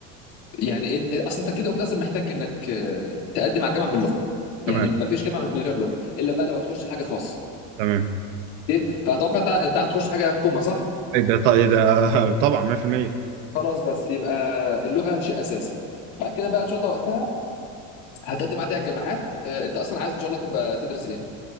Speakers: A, on the left (about 60°); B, on the right (about 90°).
A: يعني إن- اصل انت كده وكده اصلا محتاج انك آه، تقدم على الجامعه باللغه يعني
B: تمام
A: ما فيش جامعه من غير لغه الا بقى لو هتخش حاجه خاصه
B: تمام
A: اوكي فاتوقع انت انت عايز تخش حاجه حكومه صح
B: ايه ده طيب إيه ده <laughs> طبعا 100%
A: خلاص بس يبقى اللغه شيء اساسي بعد كده بقى ان شاء الله وقتها هتقدم عادي على الجامعات آه، انت اصلا عايز ان شاء الله تبقى تدرس ايه